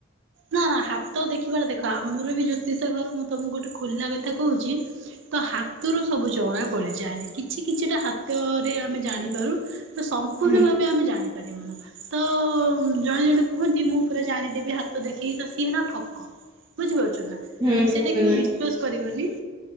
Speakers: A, on the right; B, on the right.
A: ନା ନା ହାତ ଦେଖିବାଟା ଦେଖ ଆମର ବି ଜ୍ୟୋତିଷ ଘର ମୁଁ ତମକୁ ଗୋଟେ ଖୋଲା କଥା କହୁଛି। ତ ହାତୁରୁ ସବୁ ଜଣା ପଡିଯାଏନି। କିଛି କିଛିଟା ହାତରେ ଆମେ ଜାଣିପାରୁ ତ ସମ୍ପୂର୍ଣ
B: ହୁଁ
A: ଭାବ ଆମେ ଜାଣିପାରିବୁନୁ ତ ଜଣେ ଜଣେ କୁହନ୍ତି ମୁଁ ପୁରା ଜାଣିଦେବି ହା ତ ଦେଖିକି ତ ସିଏ ହେଲା ଠକ ବୁଝିପାରୁଛ ନା ତ
B: ହୁଁ
A: ସେଇଟା
B: ହୁଁ
A: କେବେ ବିଶ୍ଵାସ କରିବନି।